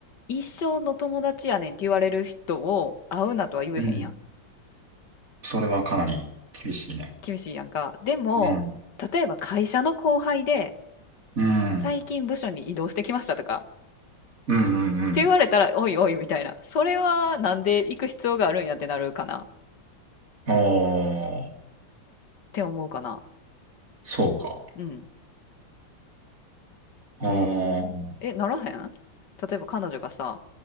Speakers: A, on the left; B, on the right.
A: 一生の友達やねんって言われる人を会うなとは言えへんやん。
B: うんそれはかなり厳しいね。
A: 厳しいやんか。でも、
B: うん、
A: 例えば会社の後輩で、
B: うん、うん、
A: 最近部署に移動してきましたとか、
B: うん、う
A: って言われたら、
B: ん。
A: おいおいみたいな。それはなんで行く必要があるんやってなるかなっ
B: ああ、
A: て思うかな。
B: そうか。
A: うん。
B: ああ、
A: えー、え、ならへん例えば彼女がさ、